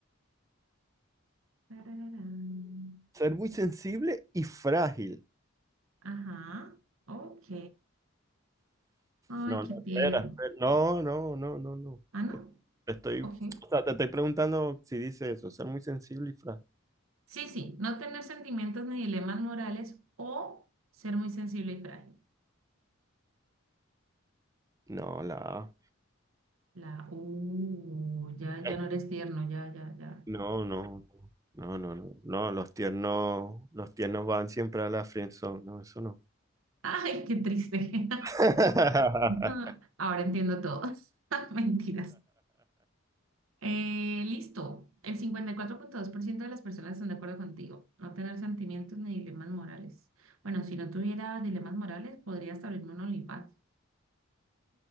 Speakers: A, on the right; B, on the right.
A: Tarararán.
B: Ser muy sensible y frágil.
A: Ajá, ok. Ay,
B: No,
A: qué
B: no,
A: tierno.
B: espera, espera. No, no, no, no, no.
A: Ah, ¿no?
B: Te te estoy,
A: Ok.
B: o sea, te estoy preguntando si dice eso, ser muy sensible y frágil.
A: Sí, sí, no tener sentimientos ni dilemas morales o ser muy sensible y frágil.
B: No, la A.
A: La, uh, ya, ya
B: Es
A: no eres
B: que-
A: tierno, ya, ya, ya.
B: No, no, no, no, no, no, los tiernos, los tiernos van siempre a la friendzone, no, eso no.
A: <laughs> Ay, qué triste.
B: <laughs>
A: <laughs> Ahora entiendo todo. <laughs> Mentiras. Eh, listo. El cincuenta y cuatro punto dos por ciento de las personas están de acuerdo contigo. No tener sentimientos ni dilemas morales. Bueno, si no tuviera dilemas morales, podría hasta abrirme un OnlyFans.